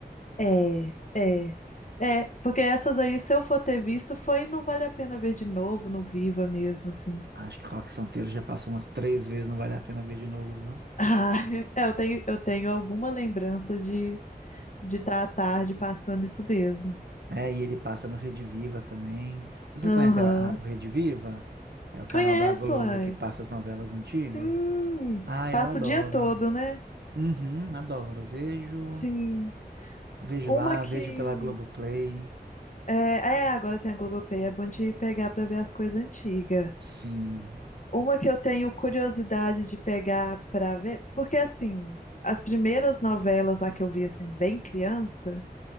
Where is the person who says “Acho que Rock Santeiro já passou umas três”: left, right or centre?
Right